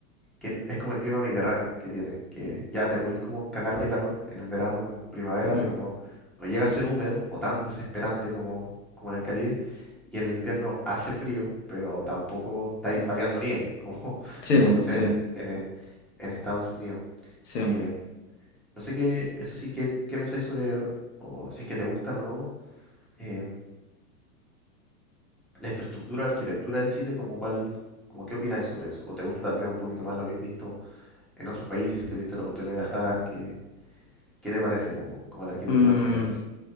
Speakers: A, in the centre; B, on the left (about 80°).
A: que el- es como el clima mediterráneo que tiene, que ya te podís como cagar de calor en el verano, o en primavera,
B: mm.
A: pero no, no llega a ser húmedo o tan desesperante como, como en el Caribe. Y en el invierno hace frío, pero tampoco estáis paleando nieve, como, <laughs>
B: Sí,
A: como
B: po,
A: no sé,
B: sí,
A: en, est- en, eh, en Estados Unidos.
B: sí.
A: Em, no sé qué, eso sí, qué, qué pensáis sobre, o si es que te gustan o no, em, la infraestructura, arquitectura de Chile, como cuál, como qué opináis sobre eso, o te gusta tal vez un poquito más lo que habéis visto en otros países que tuviste la oportunidad de viajar? ¿Qué, qué te parece como, como la arquitectura
B: Mm,
A: en general?